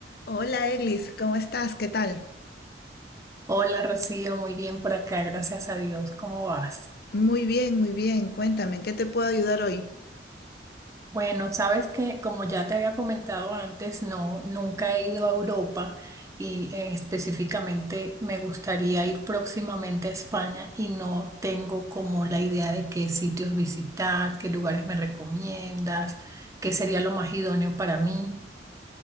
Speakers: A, on the left; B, on the right.
A: Hola Eglis, ¿cómo estás? ¿Qué tal?
B: Hola Rocío, muy bien por acá, gracias a Dios. ¿Cómo vas?
A: Muy bien, muy bien. Cuéntame, ¿en qué te puedo ayudar hoy?
B: Bueno, sabes que como ya te había comentado antes, no, nunca he ido a Europa y eh, específicamente me gustaría ir próximamente a España y no tengo como la idea de qué sitios visitar, qué lugares me recomiendas, qué sería lo más idóneo para mí.